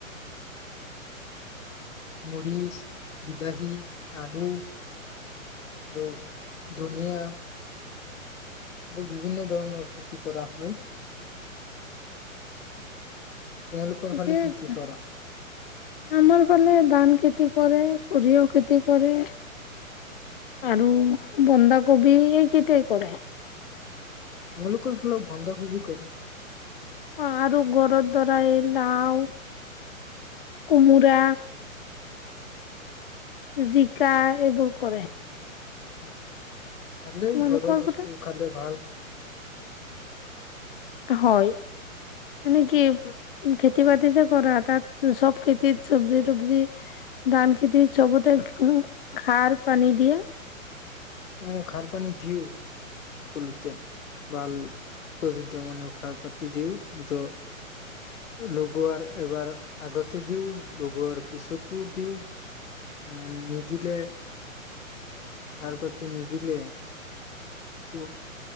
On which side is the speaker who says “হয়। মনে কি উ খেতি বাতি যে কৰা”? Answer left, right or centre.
Left